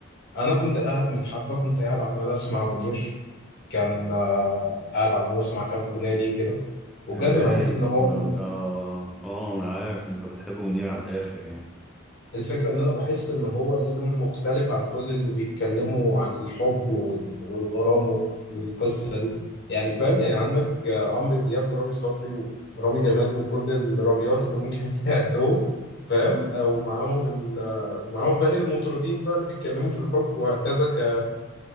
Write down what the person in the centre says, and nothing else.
يا رايق
ده انت اه انا عارف انت بتحب منير على الاخر يعني